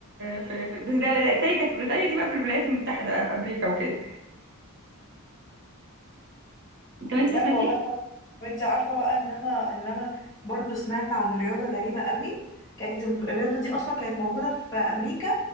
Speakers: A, on the right (about 50°); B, on the left (about 15°).
A: في... في بس ده التاني كانت في بريطانيا دي بقى في الولايات المتحدة بقى في أمريكا وكده طب
B: بجد
A: انت ما سمعتيش
B: والله طب انت عارفه بقى ان انا ان انا برضو سمعت عن رياضه غريبه قوي كانت الم- الرياضه دي اصلا كانت موجوده في امريكا